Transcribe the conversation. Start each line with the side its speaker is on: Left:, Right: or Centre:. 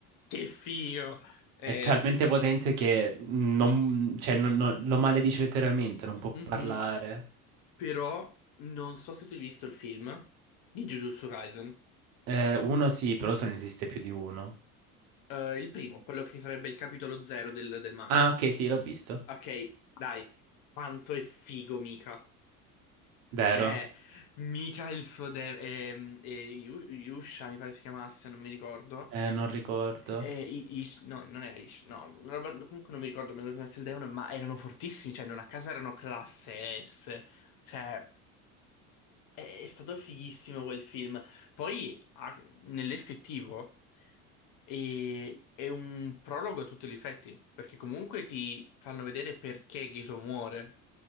Left: Che figo! Eh,
Right: È talmente potente che non, cioè, non- non- lo maledice letteralmente, non può
Left: mhm.
Right: parlare.
Left: Però non so se tu hai visto il film di Jujutsu Kaisen,
Right: Eh, uno sì, però se ne esiste più di uno.
Left: Eh, il primo, quello che sarebbe il capitolo zero del, del manga.
Right: Ah, ok, sì, l'ho visto.
Left: Ok, dai, quanto è figo Mika.
Right: Vero?
Left: Cioè, Mika e il suo de- ehm, e Yu- Yusha, mi pare si chiamasse, non mi ricordo.
Right: Eh, non ricordo.
Left: E I- Ish- no, non era Ish, no, una roba- comunque non mi ricordo, mi ricordo se il demone, ma erano fortissimi, cioè non a casa erano classe S. Cioè, è è stato fighissimo quel film. Poi, ah, nell'effettivo. E è un prologo a tutti gli effetti, perché comunque ti fanno vedere perché Gato muore,